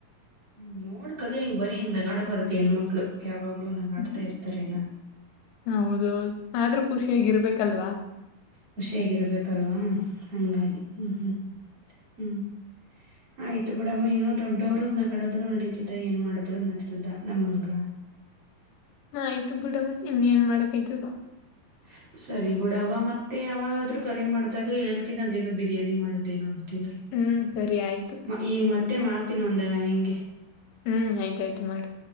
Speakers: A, on the right; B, on the left.
A: ಹ್ಮ್ ನೋಡ್ ಕಲಿ ಹೆಂಗ್ ಬರಿ ಹಂಗ್ ನಗಾಡ ಬಾರದದು ಹೆಣ್ಮಕ್ಳು ಯಾವಾಗ ನಾಗ ಆಡ್ತಾ
B: ಹ್ಮ್
A: ಇರ್ತಾರ ನ
B: ಹೌದು ಆದ್ರೂ ಖುಷಿಯಾಗಿರ್ಬೇಕಲ್ವಾ
A: ಖುಷಿಯಾಗಿರ್ಬೇಕಲ್ವಾ ಹಂಗಾಗಿ ಹ್ಮ್ ಹ್ಮ್ ಹ್ಮ್ ಹ್ಮ್ ಆಯ್ತು ಬಿಡಮ್ಮ ಏನೋ ದೊಡ್ಡವ್ರು ಕಡದ್ರು ನಡೀತದ ಏನ್ ಮಾಡದ್ರು ನಡತದ ನಮ್ಮಂಗ
B: ಹ ಆಯ್ತು ಬಿಡಮ್ಮ ಇನ್ ಏನ್ ಮಾಡಕ್ ಆಯ್ತು
A: ಹ ಸರಿ ಬಿಡ ಅವವ ಮತ್ತೆ ಯಾವಾಗಾದ್ರೂ ಕರೆ ಮಾಡ್ದಾಗ ಹೇಳ್ತೀನಿ ಅದೇನು ಬಿರಿಯಾನಿ ಮಾಡದೇನು ಅ
B: ಹ್ಮ್ ಸರಿ ಆಯ್ತು
A: ಈಗ ಮತ್ತೆ ಮಾಡ್ತೀನ ಒಂದ ಹಿಂಗೆ
B: ಹ್ಮ್ ಆಯ್ತಾಯ್ತು ಮಾಡಿ